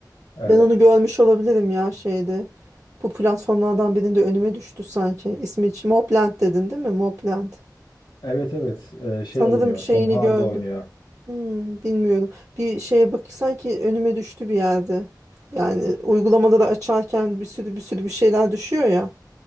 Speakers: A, on the left; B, on the right.
A: E,
B: Ben onu görmüş olabilirim ya şeyde. Bu platformlardan birinde önüme düştü sanki. İsmi hiç- Mobland dedin değil mi? Mobland.
A: evet evet e, şey
B: Sanırım
A: oynuyor
B: şeyini
A: Tom Hardy
B: gördüm.
A: oynuyor.
B: Hmm, bilmiyorum. Bir şeye bak sanki önüme düştü bir yerde. Yani uygulamaları açarken bir sürü bir sürü bir şeyler düşüyor ya.